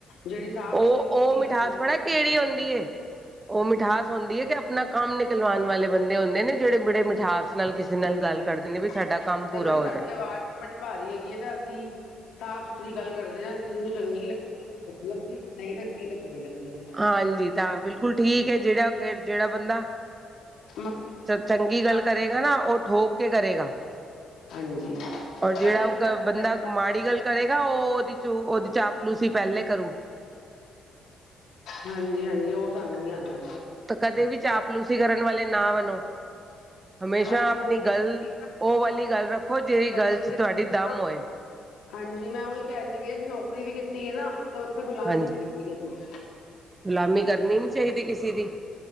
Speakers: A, on the left; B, on the right.
A: ਜਿਹੜੀ ਸਾਫ਼
B: ਉਹ
A: ਸੁਥਰੀ
B: ਉਹ
A: ਦੀ
B: ਮਿਠਾਸ
A: ਗੱਲ
B: ਬੜਾ ਕਿਹੜੀ ਆਉਂਦੀ ਉਹ ਮਿਠਾਸ ਹੁੰਦੀ ਕਿ ਆਪਣਾ ਕੰਮ ਨਿਕਲਵਾਣ ਵਾਲੇ ਬੰਦੇ ਹੁੰਦੇ ਨੇ ਜਿਹੜੇ ਬੜੇ ਮਿਠਾਸ ਨਾਲ ਕਿਸੇ ਨਾਲ
A: ਹਾਂਜੀ
B: ਗੱਲ ਕਰਦੇ ਨੇ ਵੀ ਸਾਡਾ ਕੰਮ ਪੂਰਾ
A: ਦੇਖੋ
B: ਹੋਜੇ।
A: <inaudible> ਭਾਰੀ ਹੈਗੀ ਐ ਤੇ ਅਸੀਂ ਸਾਫ਼ ਸੁਥਰੀ ਗੱਲ ਕਰਦੇ ਆ। ਕਿਸੇ ਨੂੰ ਚੰਗੀ ਲੱਗਦੀ ਨਹੀਂ ਲੱਗਦੀ ਤੇ ਕੋਈ ਗੱਲ ਨੀ ਜੀ।
B: ਹਾਂਜੀ, ਤਾਂ ਬਿਲਕੁਲ ਠੀਕ ਹੈ ਜਿਹੜਾ ਅੱਗੇ ਜਿਹੜਾ ਬੰਦਾ
A: ਮੱਖਣ
B: ਚੰਗੀ ਗੱਲ
A: ਨਾ ਹੋਵੇ
B: ਕਰੇਗਾ ਨਾ ਉਹ ਠੋਕ ਕੇ ਕਰੇਗਾ।
A: ਹਾਂਜੀ,
B: ਔਰ ਜਿਹੜਾ
A: ਤਾਂ ਹੀ ਅਸੀਂ
B: ਉਹ
A: ਜ਼ਿਆਦਾ
B: ਬੰਦਾ
A: ਲੋਕਾਂ
B: ਮਾੜੀ
A: ਨੂੰ
B: ਗੱਲ
A: ਪਸੰਦ ਨਹੀਂ
B: ਕਰੇਗਾ
A: ਆਉਂਦੇ
B: ਉਹ ਉਹਦੇ ਚ ਉਹਦੇ ਚ ਚਾਪਲੂਸੀ ਪਹਿਲੇ ਕਰੂ
A: ਹਾਂਜੀ-ਹਾਂਜੀ, ਉਹ ਸਾਨੂੰ ਨੀ ਆਂਦਾ।
B: ਤਾਂ ਕਦੇ ਵੀ ਚਾਪਲੂਸੀ ਕਰਨ ਵਾਲੇ ਨਾ ਬਣੋ। ਹਮੇਸ਼ਾ
A: ਅਸੀਂ
B: ਆਪਣੀ
A: ਨੌਕਰੀ
B: ਗੱਲ
A: ਕੀਤੀ
B: ਉਹ ਵਾਲੀ ਗੱਲ ਰੱਖੋ
A: ਨਾ
B: ਜਿਹੜੀ ਗੱਲ
A: ਅ ਜਿੱਥੇ
B: 'ਚ ਤੁਹਾਡੀ
A: ਨਾ
B: ਦਮ ਹੋਏ।
A: ਹਾਂਜੀ, ਮੈਂ ਉਹੀ ਕਹਿੰਦੀ ਪਈ ਆ ਕਿ ਨੌਕਰੀ ਵੀ ਕੀਤੀ ਐ ਨਾ ਤੇ ਉੱਥੇ ਗੁਲਾਮੀ
B: ਹਾਂਜੀ
A: ਨੀ ਕੀਤੀ ਕਦੀ।
B: ਗੁਲਾਮੀ ਕਰਨੀ ਨਹੀਂ ਚਾਹੀਦੀ ਕਿਸੇ ਦੀ